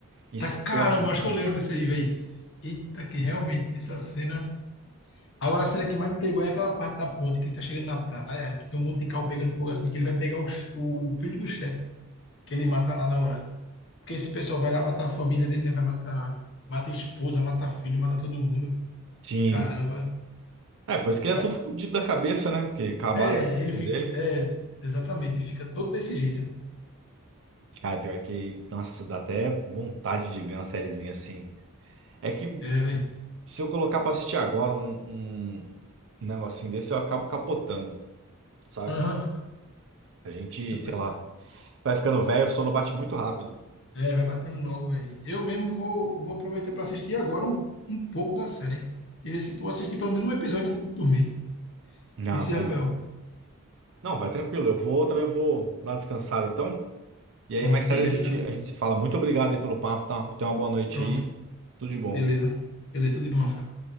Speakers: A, on the right; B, on the left.
A: E explode,
B: Tá, caramba, acho
A: cara.
B: que eu lembro desse aí, velho. Eita, que realmente, essa cena. Agora a cena que mais me pegou é aquela parte da ponte, que ele tá chegando na praia, que tem um monte de carro pegando fogo assim, que ele vai pegar o, che- o filho do chefe, que ele mata lá na hora. Porque esse pessoal vai lá matar a família dele, né? Vai matar, mata a esposa, mata filho, mata todo mundo.
A: Sim.
B: Caramba.
A: É, por isso que ele é
B: Olha.
A: todo fodido da cabeça, né? Porque acabaram
B: É,
A: com a
B: ele fica.
A: vida dele.
B: É, exatamente, ele fica todo desse jeito.
A: Cara, pior que. Nossa, dá até vontade de ver uma sériezinha assim. É que
B: É, velho.
A: se eu colocar pra assistir agora um, um, um negocinho desse, eu acabo capotando, sabe?
B: Aham.
A: Tipo, a gente,
B: Eu
A: sei
B: tô-
A: lá, vai ficando velho, o sono bate muito rápido.
B: É, vai batendo logo, velho. Eu mesmo vou, vou aproveitar para assistir agora um, um pouco da série. E esse, vou assistir pelo menos um episódio antes de dormir.
A: Não,
B: Esse,
A: faz.
B: Rafael.
A: Não, vai tranquilo. Eu vou também vou dar uma descansada, então. E
B: Pronto,
A: aí, mais
B: beleza.
A: tarde a gente, a gente se fala. Muito obrigado aí pelo papo, tá? Tenha uma boa noite
B: Pronto,
A: aí. Tudo de bom.
B: beleza. Beleza, tudo de bom, Rafael.